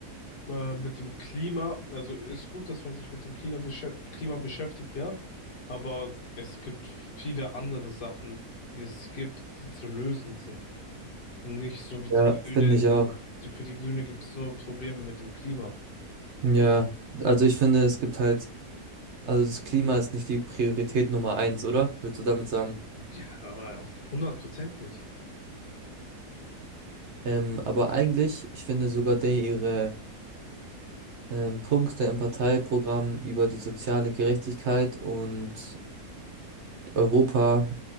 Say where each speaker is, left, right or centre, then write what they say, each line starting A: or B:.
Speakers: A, on the left; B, on the right.
A: Äh, mit dem Klima, also ist gut, dass man sich mit dem Klima, beschäf- Klima beschäftigt, ja, aber es gibt viele andere Sachen, die es gibt, die zu lösen sind. Und nicht so wie
B: Ja,
A: die Grüne,
B: finde ich auch.
A: die, für die Grüne gibt es nur Probleme mit dem Klima.
B: Ja, also ich finde, es gibt halt, also das Klima ist nicht die Priorität Nummer eins, oder? Willst du damit sagen?
A: Ja, aber auf hundert Prozent nicht.
B: Ähm, aber eigentlich, ich finde sogar der ihre ähm, Punkte im Parteiprogramm über die soziale Gerechtigkeit und Europa